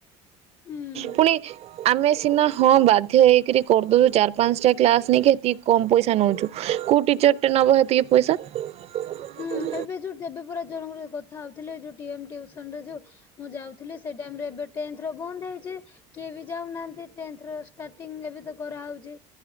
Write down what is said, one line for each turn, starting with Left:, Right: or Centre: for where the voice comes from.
Left: ହୁଁ।
Right: ପୁଣି ଆମେ ସିନା ହଁ ବାଧ୍ୟ ହେଇକରି କରିଦେଉ ଚାର ପାଞ୍ଚ ଟା କ୍ଲାସ ନେଇକି ଏତିକି କମ ପଇସା ନଉଛୁ, କୋଉ ଟିଚର ଟା ନବ ହେତିକି ପଇସା। <unintelligible>
Left: ହୁଁ ଏବେ ଯୋଉ ଦେବେ ପୁରା ଜଣଙ୍କର କଥା ହଉଥିଲେ। ଯୋଉ ଟିଏମ୍ ଟିଉସନ୍ ରେ ଯୋଉ ମୁଁ ଯାଉଥିଲି ସେଇ ଟାଇମରେ ଏବେ ଟେନ୍ଥର ବନ୍ଦ ହେଇଛି, କିଏ ବି ଯାଉନାହାନ୍ତି, ଟେନ୍ଥର ଷ୍ଟାର୍ଟିଂ ଏବେ ତ କରା ଆଉ ଯେ,